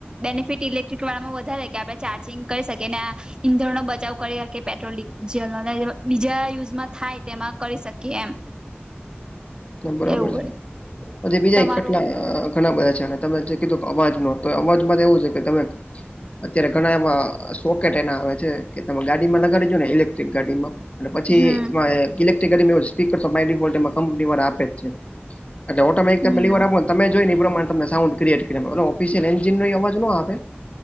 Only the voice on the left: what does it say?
બરાબર
છે બીજા
એક ખટલા ઘણા બધા છે અને તમે જે કીધું કે અવાજ ન તો અવાજમાં તો એવું છે કે તમે અત્યારે ઘણા એવા સોકેટ એના આવે છે કે તમે ગાડીમાં લગાડીજો ને ઇલેક્ટ્રિક ગાડીમાં અને પછી
એ ઇલેક્ટ્રિક સ્પીકર તો માય ડિફોલ્ટ એ કંપની વાળા આપે જ છે અચા ઓટોમેટિક તમે
પેલી વાર આપો તમે જો ને એ પ્રમાણે સાઉન ક્રિએટ ઓફિસિયલ એન્જિન નો અવાજ નો આવે.